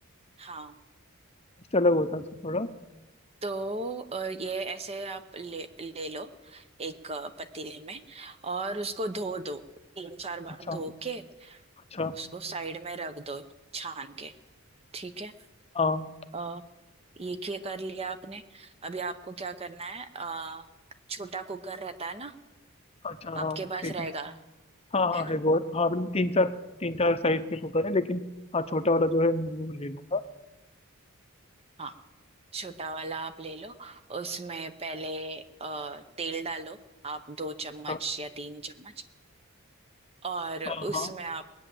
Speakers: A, on the right; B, on the left.
A: हाँ
B: उससे अलग होता है उसका थोड़ा
A: तो अ, ये ऐसे आप ले ले लो एक अ, पतीले में और उसको धो दो तीन चार बार
B: अच्छा
A: धो के
B: अच्छा
A: उसको साइड में रख दो छान के ठीक है
B: हाँ
A: अ, ये क्या कर लिया आपने अभी आपको क्या करना है अ, छोटा कुकर रहता है ना
B: अच्छा हाँ
A: आपके पास
B: ठीक
A: रहेगा
B: है हाँ हाँ
A: है ना
B: है वो हाँ मतलब तीन चार तीन चार साइज के कुकर है लेकिन हाँ छोटा वाला जो है मैं वो ले लूंगा
A: हाँ छोटा वाला आप ले लो उसमें पहले अ, तेल डालो आप दो चम्मच
B: हाँ
A: या तीन चम्मच और उसमें
B: हाँ हाँ,
A: आप